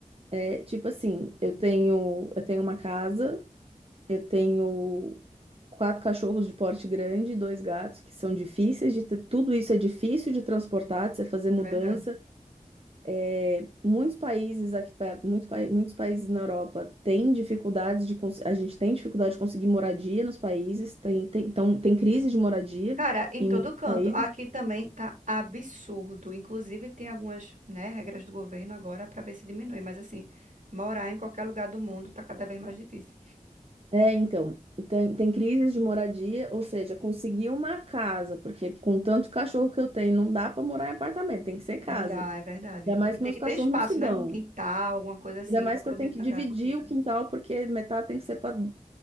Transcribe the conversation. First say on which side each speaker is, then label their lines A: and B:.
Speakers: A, on the right; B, on the right.
A: É, tipo assim, eu tenho, eu tenho uma casa, eu tenho quatro cachorros de porte grande, dois gatos que são difíceis de ter, tudo isso é difícil de transportar, de você fazer mudança.
B: É verdade.
A: É, muitos países aqui perto, muito pa- muitos países na Europa têm dificuldades de cons- a gente tem dificuldade de conseguir moradia nos países, tem, tem, então, tem crise de moradia
B: Cara, em
A: em
B: todo
A: muitos
B: canto.
A: países.
B: Aqui também tá absurdo. Inclusive, tem algumas, né, regras do governo agora para ver se diminui. Mas assim, morar em qualquer lugar do mundo tá cada vez mais difícil.
A: É, então, tem, tem crises de moradia, ou seja, conseguir uma casa, porque com tanto cachorro que eu tenho, não dá para morar em apartamento, tem que ser casa.
B: Não dá, é verdade.
A: Ainda mais
B: E
A: que
B: tem
A: meus
B: que
A: cachorros
B: ter espaço,
A: não se dão.
B: né? Um quintal, alguma coisa assim,
A: Ainda mais
B: para poder
A: que eu tenho que
B: andar.
A: dividir o quintal, porque metade tem que ser para.